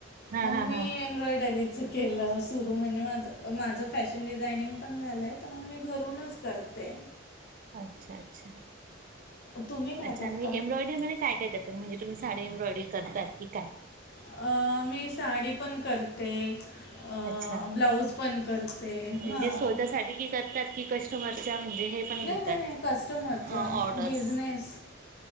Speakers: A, on the left; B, on the right.
A: मग
B: हा हा
A: मी
B: हा
A: एम्ब्रॉयडरीत मिच केलं सुरू म्हणून माझं माझं फॅशन डिझायनिंग पण झालंय. तर मग मी घरूनच करते.
B: अच्छा अच्छा.
A: तुम्ही काय
B: अच्छा
A: करता
B: आणि एम्ब्रॉयडरीमध्ये काय काय करता? म्हणजे तुम्ही साडी एम्ब्रॉयडरी करतात की काय?
A: अ, मी साडी पण करते. अ,
B: अच्छा
A: ब्लाऊज पण करते
B: म्हणजे
A: हां
B: स्वतःसाठी कि करतात की कश <unintelligible> म्हणजे हे पण
A: नाही
B: घेतात
A: नाही कस्टमरचा
B: ऑर्डर्स
A: बिजनेस